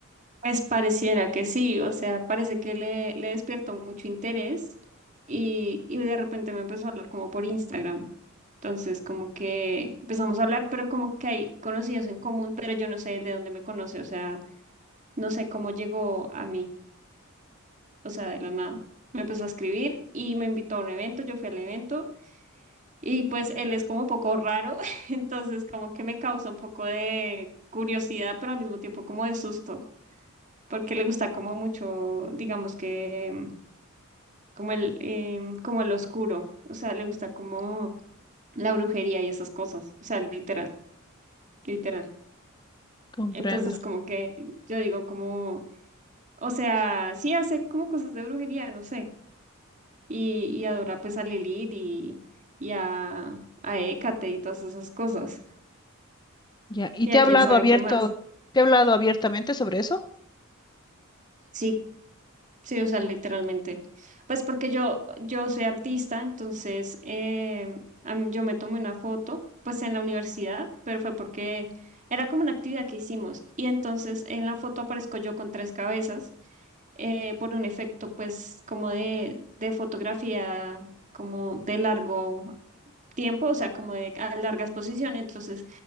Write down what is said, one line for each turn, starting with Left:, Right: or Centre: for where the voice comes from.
Right: Pues pareciera que sí, o sea, parece que le, le despierto mucho interés y, y de repente me empezó a hablar como por Instagram. Entonces, como que empezamos a hablar, pero como que hay conocidos en común, pero yo no sé él de dónde me conoce, o sea, no sé cómo llegó a mí, o sea, de la nada. Me empezó a escribir y me invitó a un evento, yo fui al evento y pues él es como un poco raro, <laughs> entonces como que me causa un poco de curiosidad, pero al mismo tiempo como de susto porque le gusta como mucho, digamos que como el, em, como el oscuro, o sea, le gusta como la brujería y esas cosas, o sea, literal, literal.
Left: Comprendo.
Right: Entonces, como que yo digo como, o sea, sí hace como cosas de brujería, no sé, y, y adora pues a Lilith y, y a, a Hécate y todas esas cosas,
Left: Ya, ¿y
Right: y
Left: te
Right: a
Left: ha
Right: quién
Left: hablado
Right: sabe
Left: abierto,
Right: qué más.
Left: te ha hablado abiertamente sobre eso?
Right: Sí, Sí, o sea, literalmente. Pues porque yo, yo soy artista, entonces em, a mí- yo me tomé una foto, pues en la universidad, pero fue porque era como una actividad que hicimos. Y entonces en la foto aparezco yo con tres cabezas eh, por un efecto, pues como de, de fotografía, como de largo tiempo, o sea, como de a larga exposición. Entonces